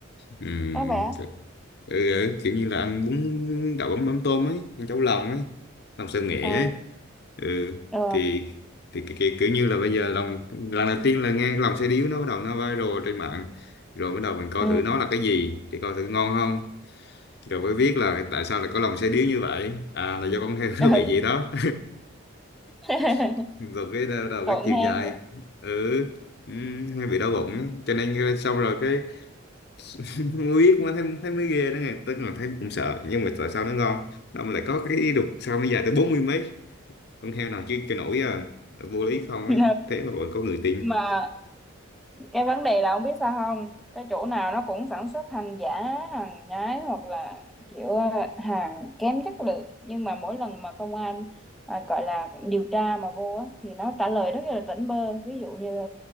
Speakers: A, on the left; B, in the centre.
A: Ừm,
B: có vẻ
A: ừ, ừ, kiểu như là ăn bún đậu mắm mắm tôm ấy ăn cháo lòng ấy lòng xào nghệ
B: ừ
A: ấy ừ
B: ừ
A: thì thì cái, cái, kiểu như là bây giờ lòng lần đầu tiên là nghe cái lòng xe điếu nó bắt đầu nó viral trên mạng rồi bắt đầu mình coi
B: ừ
A: thử nó là cái gì thì coi thử ngon không rồi mới biết là tại sao lại có lòng xe điếu như vậy à là do con heo
B: ừ.
A: nó bị gì đó
B: <laughs>
A: <laughs> rồi cái đầu đầu
B: tội
A: cái chiều
B: nghe
A: dài ừ ừ, hay bị đau bụng á. cho nên ờ, xong rồi cái <laughs> không biết mà thấy thấy mới ghê đó nghe tức là thấy cũng sợ nhưng mà tại sao nó ngon nó lại có cái đục sao nó dài tới bốn mươi mấy con heo nào chứ cái nổi à vô lý không
B: ừ.
A: ấy thế mà vẫn có người tin
B: mà cái vấn đề là ông biết sao không cái chỗ nào nó cũng sản xuất hàng giả hàng nhái hoặc là kiểu ờ, hàng kém chất lượng nhưng mà mỗi lần mà công an à, gọi là điều tra mà vô á, thì nó trả lời rất là tỉnh bơ ví dụ như